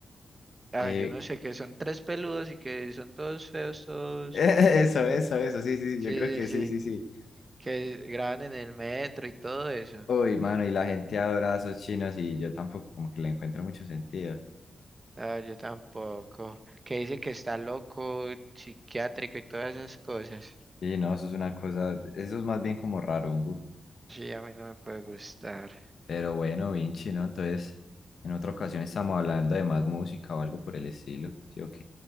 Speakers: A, on the right (about 30°); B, on the left (about 70°).
A: Ah,
B: Que,
A: yo no sé que son tres peludos y que son todos feos, todos.
B: <laughs> eso, eso, eso, sí, sí, sí,
A: Sí,
B: yo creo que
A: sí,
B: sí, sí,
A: sí.
B: sí.
A: Que graban en el metro y todo eso.
B: Uy, mano, y la gente adora a esos chinos y yo tampoco como que le encuentro mucho sentido.
A: Ah, yo tampoco. Que dice que está loco, psiquiátrico y todas esas cosas.
B: Y no, eso es una cosa, eso es más bien como rarungo.
A: Sí, a mí no me puede gustar.
B: Pero bueno, Vinci, ¿no? Entonces, en otra ocasión estamos hablando de más música o algo por el estilo. Sí, ok.